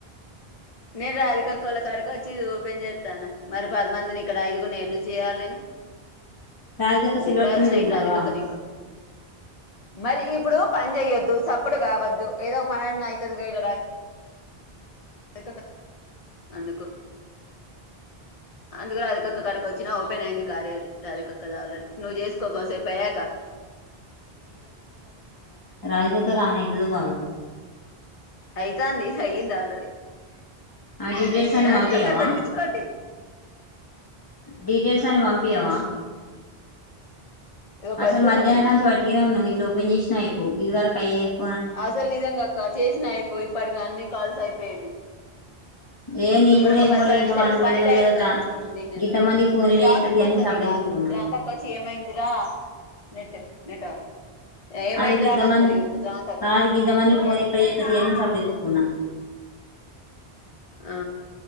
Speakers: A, on the left; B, on the left.
A: నేను రాధిక అక్కల కాడక వచ్చి ఇది ఓపెన్ చేస్తాను మరి పదిమందిని ఇక్కడ ఐదుగు నేను ను చేయ్యాలి నేను
B: రాధికక్క సెల్
A: ఇప్పుడే
B: పట్టుకొని
A: వచ్చి నైట్
B: తిరుగుతావా
A: రాధిక క నీకు మరి ఇప్పుడు పని చెయ్యొద్దు సపోర్ట్ కావద్దు ఏదో ఒక పనిన్న అవుతుంది కళ రా అ అందుకు అందుక అదికక్క కడక వచ్చిన ఓపెన్ అయింది కార్యది రాధిక కదా ఆల్రెడీ నువ్వు చేసుకో కొసేపు అయ్యాక
B: రాజిక ఒ ఒక కాన ఇతద కాదు
A: అయితా అంది అయ్యింది ఆల్రెడీ
B: ఆ డీటెయిల్స్ అన్ని
A: రాదికక్క
B: పంపియవా
A: దొరికించుకోండి
B: డీటెయిల్స్ అని పంపియావ
A: ఇగో
B: అసలు
A: పెడుతున్నా
B: మధ్యాన్నాంచి
A: నేను
B: వట్టిగానే
A: ఇంటర్నెట్
B: ఉన్నాం ఇట్లో ఓపెన్ జెసన్నవ్ అయ్ ఇది వరకైయే పో
A: అసలు నిజంగాక్క చేసినా అయిపోయి ఇప్పటికీ అన్ని కాల్స్ అయ్పోయేటివి
B: ఏ నేను
A: శుభ్రంగా
B: కూడా ఏమోలే
A: పది పది నిమిషాలు
B: ఇంకా వారం రోజులు
A: పని టై
B: కదా
A: లో దొరికించుకున్నాం దీని
B: గింతమంది ఫోన్ ఎడ
A: శ్రవం
B: చేత్తతి
A: తక్కువ
B: అని
A: వస్తుందిదు
B: సప్పుడేక ఊకున్నా
A: శ్రవణం తక్కువ వచ్చి ఏమైందిరా నెట్ నెట్ ఏమైందిరా
B: అసలు గింతమంది
A: అని వస్తుంది ఇప్పుడు శ్రవణ తక్కువ
B: కాదు గింతమంది ఫోన్ ఎక్కడ చేత్తతి అని సప్పుడేక ఊకున్నా
A: ఆ